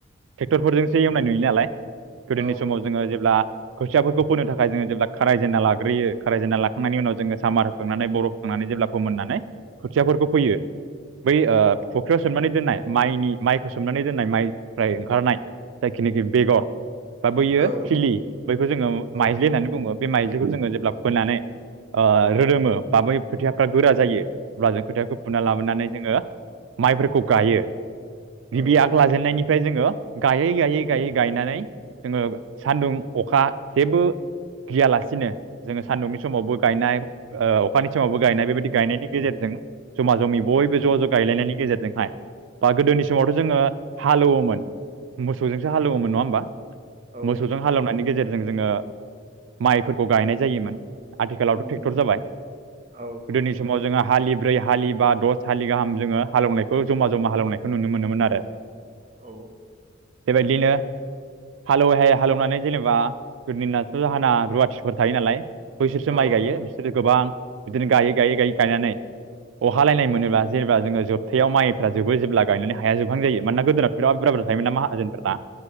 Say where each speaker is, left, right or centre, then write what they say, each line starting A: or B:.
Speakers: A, on the right (about 80°); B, on the right (about 35°).
A: ट्रेक्टरफोरजोंसो एवनाय नुयो नालाय गोदोनि
B: औ
A: समाव जोङो जेब्ला खोथियाफोरखौ फोनो थाखाय जोङो जेब्ला खारायजेनना लाग्रोयो खारायजेनना लाखांनायनि उनाव जोङो सामार होखांनानै बर' होखांनानै जेब्ला फोमोननानै खोथियाफोरखौ फैयो बै ओ फुख्रियाव सोननानै दोननाय माइनि माइखौ सोमनानै दोननाय माइनिफ्राय ओंखारनाय जायखिनाखि बेगर बा बैयो
B: औ
A: खिलि बैखौ जोङो
B: औ
A: माइज्लि होननानै बुङो । बे माइज्लिखौ जोङो जेब्ला फोनानै ओ रोदोमो बा बै खोथियाफ्रा गोरा जायो अब्ला जों खोथायाखौ फुना लाबोनानै जोङो माइफोरखौ
B: उम
A: गायो ।
B: औ
A: गिबि आग लाजेननायनि ओमफ्राय जोङो गायै गायै गायै गायनानै जोङो सान्दुं अखा जेबो गियालासिनो जोङो सान्दुंनि समावबो गायनाय ओ अखानि समावबो गायनाय बेबायदि गायनायनि गेजेरजों । जमा जमि बयबो ज' ज' गायलायनायनि गेजेरजोंहाय बा गोदोनि समावथ' जोङो हालेवोमोन मोसौजोंसो हालेवोमोन नङा होमबा?
B: औ
A: मोसौजों हालेवनायनि गेजेरजों जोङो माइफोरखौ गायनाय जायोमोन । आथिखालावथ'
B: उम
A: ट्रेक्टर जाबाय ।
B: औ
A: गोदोनि समाव जोंहा हालि ब्रै, हालि बा, दस हालि गाहाम जोङो हालेवनायखौ जमा-जमा हालेवनायखौ नुनो मोनोमोन आरो ।
B: औ
A: बेबायदिनो हालेवैहाय हालेवनानै जेनेबा <unintelligible> जाहाना रुवाथिफोर थायो नालाय बोसोरसो
B: औ
A: माइ गायो बिसोरो गोबां बिदिनो गायै गायै गायै गायनानै अहालायनाय मोनोब्ला जेनेबा जोङो जोबथायाव माइफ्रा जोबो जेब्ला गायनानै हाया जोबहां जायो मानोना गोदोना बिराद बुर थायोमोनना माहाजोनफोरना